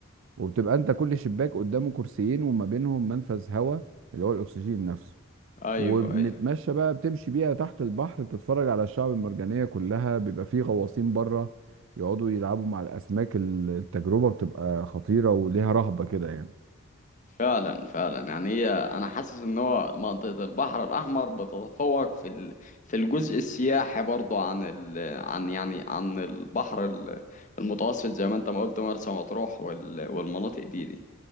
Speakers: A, on the right; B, on the left.
A: وبتبقى انت كل شباك قدامه كرسيين وما بينهم منفذ هواء اللي هو الاكسجين نفسه
B: ايوه
A: وبنتمشى
B: ايوه
A: بقى بتمشي بيها تحت البحر بتتفرج على الشعب المرجانية كلها بيبقى فيه غواصين بره يقعدوا يلعبوا مع الاسماك التجربة بتبقى خطيرة وليها رهبة كده يعني
B: فعلا فعلا يعني هي انا حاسس ان هو منطقة البحر الاحمر بتتفوق في ال... في الجزء السياحي برضو عن ال... عن يعني عن البحر ال- المتوسط زي ما انت ما قلت مرسى مطروح وال... والمناطق دي دي